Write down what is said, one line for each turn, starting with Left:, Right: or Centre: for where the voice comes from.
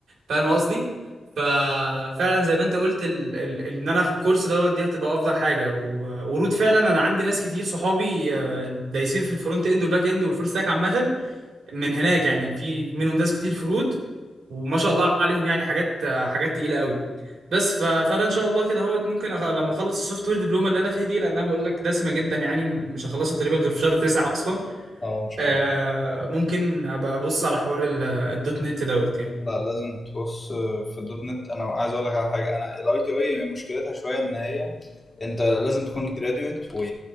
Right: فاهم قصدي ففعلا زي ما انت قلت ال... ال... ال- ان انا اخد كورس دوت دي هتبقى افضل حاجه و... ورود فعلا انا عندي ناس كتير صحابي آه، دايسين في الفرونت اند والباك اند والفول ستاك عامه من هناك يعني في منهم ناس كتير في رود وما شاء الله عليهم يعني حاجات آه، حاجات تقيله قوي بس ف... فانا ان شاء الله كده اهوت ممكن أخ... لما اخلص السوفت وير دبلومه اللي انا فيها دي لان انا بقول لك دسمه جدا يعني مش هخلصها تقريبا غير في شهر تسعة اصلا
Left: اه ان شاء
Right: آه
Left: الله
Right: ممكن ابقى ابص على حوار ال- الدوت نت دوت يعني
Left: لا لازم تبص في الدوت نت انا عايز اقول لك على حاجه انا الاي تي اي مشكلتها شويه ان هي انت لازم تكون جراديويت و...